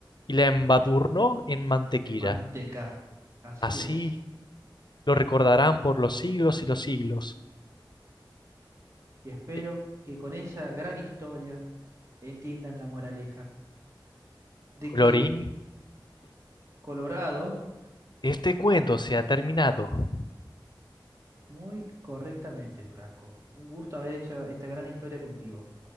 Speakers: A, on the left; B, on the right.
A: y la embadurnó en mantequilla.
B: en manteca. Así
A: Así
B: es.
A: lo recordarán por los siglos y los siglos.
B: Y espero
A: Eh,
B: que con esa gran historia entiendan la moraleja de
A: Colorín,
B: que Colorado,
A: este cuento se ha terminado.
B: muy correctamente, Franco. Un gusto haber hecho esta gran historia contigo.